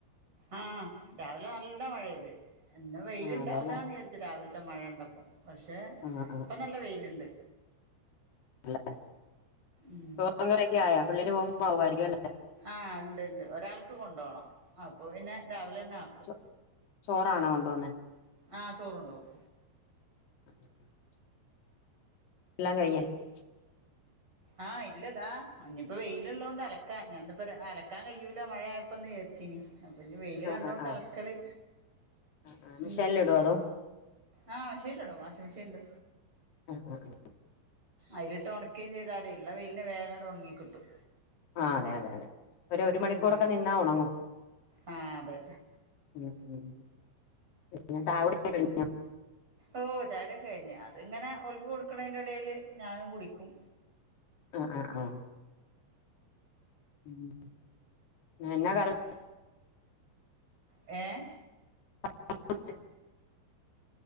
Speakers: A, on the right; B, on the left.
A: ആഹ് രാവിലെ നല്ല മഴെയ്ത് ഇന്ന് വെയിലുണ്ടാവൂലാന്ന്
B: ആ അതെല്ലേ
A: വിചാരിച്ചു രാവിൽ ത്ത മഴണ്ടപ്പൊ പക്ഷേ
B: ആഹ് ആഹ്
A: പ്പൊ നല്ല വെയില്ണ്ട്
B: അല്ലെ
A: ഉം
B: ചോറുങ്കറിക്കെ ആയാ പിള്ളേര് പോകുമ്പോ ആകുമായിരിക്കും അല്ലെ
A: ആഹ് ണ്ട്ണ്ട് ഒരാൾക്ക് കൊണ്ടോണം അപ്പൊ പിന്നെ രാവിലെന്നാക്കും
B: അല്ലേ ചോറാണോ കൊണ്ടു പോന്നേ
A: ആഹ് ചോറൊണ്ടോവും
B: <inaudible> എല്ലാം കഴിഞ്ഞായിരിക്കും.
A: ആഹ് ഇല്ലതാ ഇനിപ്പോ വെയിലുള്ളള്ളത് കൊണ്ട് അലക്കാ ഞനിന്ന്പ്പ അലക്കാൻ കഴിയൂല മഴയായപ്പോന്ന് വിചരിച്ചീനി. അപഞ്ഞി വെയില്
B: ആ
A: കണ്ടുകൊണ്ട്
B: ആ ആ
A: അലക്കല്.
B: ആ മെഷീനിലിടുവോ
A: ഇണ്ട്
B: അതോ
A: ആഹ് മെഷീൻല്ടും വാഷിംഗ് മെഷീൻ ഇണ്ട്.
B: ആഹ ആഹ ആഹ
A: അയിലിട്ട് ഉണക്കുകയും ചെയ്താലേ ഇള്ള വെയിലിന് വേഗ ണ് ഉണങ്ങി കിട്ടും.
B: ആ അതെ അതെ അതെ ഒരു ഒരു മണിക്കൂറൊക്കെ
A: ഉം
B: നിന്നാ ഉണങ്ങും.
A: ആഹ് അതെ
B: ഉം ഉം പിന്നെ ചായകുടിക്കെ കഴിഞ്ഞോ?
A: ഓ ചായുടിക്കെ കഴിഞ് അത് ഇങ്ങനെ ഒൽക്ക് കൊടുക്കണതിന്റെ ഇടയിൽ ഞാനും കുടിക്കും.
B: ആഹ ആഹ ആഹ ഉ എന്നാ കറി
A: ഏ
B: <unintelligible>